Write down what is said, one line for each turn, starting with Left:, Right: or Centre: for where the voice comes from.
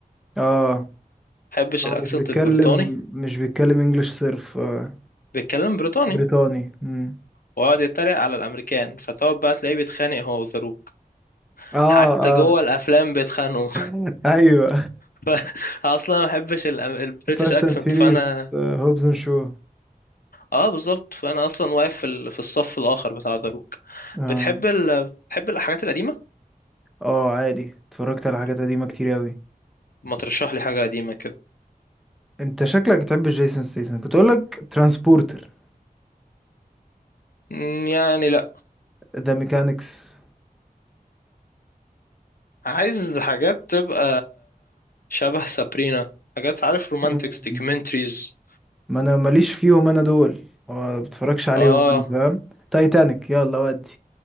Centre: اه
Left: محبش
Centre: هو
Left: الأكسنت
Centre: مش بيتكلم
Left: البريطاني
Centre: مش بيتكلم انجلش صرف آه.
Left: بيتكلم بريطاني
Centre: بريطاني مم.
Left: ويقعد يتريق على الأمريكان فتقعد بقى تلاقيه بيتخانق هو وذا روك.
Centre: اه
Left: حتى
Centre: اه
Left: جوه الافلام بيتخانقوا
Centre: <laughs> ايوه
Left: <laughs> فاصلا ما بحبش البريتش
Centre: فاست
Left: اكسنت
Centre: اند فيريز
Left: فانا
Centre: هوبز اند شو
Left: اه بالظبط فانا اصلا واقف في ال- في الصف الاخر بتاع ذا روك
Centre: اه
Left: بتحب ال... بتحب الحاجات القديمه
Centre: اه عادي اتفرجت على حاجات
Left: طب
Centre: قديمة كتير اوي
Left: ما ترشح لي حاجه قديمه كده
Centre: انت شكلك بتحب جيسون ستيسن كنت اقول لك ترانسبورتر
Left: مم، يعني لا
Centre: ذا ميكانكس
Left: عايز حاجات تبقى شبه سابرينا حاجات عارف رومانتكس
Centre: مم.
Left: دوكيومنتريز
Centre: ما انا ماليش فيهم انا دول ما بتفرجش عليهم
Left: اه
Centre: انا فاهم تايتانيك يلا ودي